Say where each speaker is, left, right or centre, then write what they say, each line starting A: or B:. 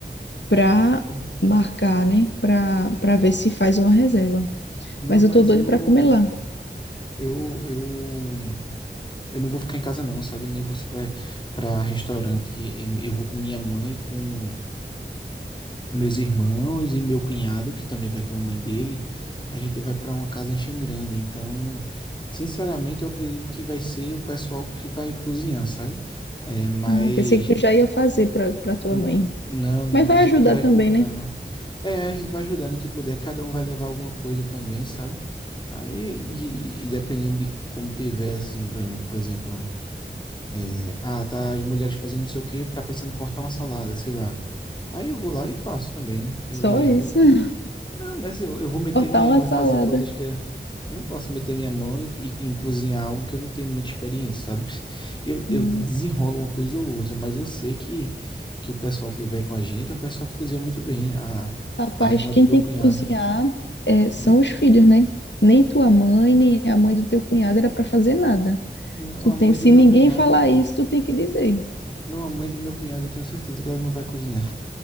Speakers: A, on the left; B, on the left.
A: pra
B: hum,
A: marcar, né? Pra, pra ver se faz uma reserva.
B: não,
A: Mas
B: mas
A: eu tô doida
B: eu
A: pra comer lá.
B: Eu, eu, eu não vou ficar em casa não, sabe? Nem você vai para restaurante. E- Eu vou com minha mãe, com meus irmãos e meu cunhado, que também vai com a mãe dele. A gente vai para uma casa em Xangrande. Então, sinceramente, eu acredito que vai ser o pessoal que vai cozinhar, sabe? É, mas
A: Ah, pensei que tu já ia fazer pra, pra tua
B: n-
A: mãe.
B: não, não,
A: Mas vai
B: a gente
A: ajudar
B: não vai
A: também,
B: comprar,
A: né?
B: não. É, a gente vai ajudando o que puder. Cada um vai levar alguma coisa também, sabe? Aí, e, e dependendo de como tiver, assim, por por exemplo. É, ah, tá as mulheres fazendo não sei o quê, tá precisando cortar uma salada, sei lá. Aí eu vou lá e faço também, né? Eu
A: Só
B: ajudo.
A: isso. <laughs>
B: Não, mas assim, eu, eu vou meter
A: Cortar
B: minha
A: uma
B: mão e
A: salada.
B: fazer coisas que eu, eu não posso meter minha mão e, e- em cozinhar algo que eu não tenho muita experiência, sabe? <laughs> Eu, eu
A: Hum.
B: desenrolo uma coisa ou outra, mas eu sei que, que o pessoal que vai com a gente é um pessoal que cozinha muito bem. A,
A: Rapaz,
B: a irmã
A: quem
B: do meu
A: tem
B: cunhado.
A: que cozinhar é, são
B: Hum?
A: os filhos, né? Nem tua mãe, nem a mãe do teu cunhado era para fazer nada.
B: Não,
A: Tu
B: a
A: tem,
B: mãe
A: se
B: do meu
A: ninguém
B: cunhado.
A: falar isso, tu tem que dizer.
B: Não, a mãe do meu cunhado, eu tenho certeza que ela não vai cozinhar.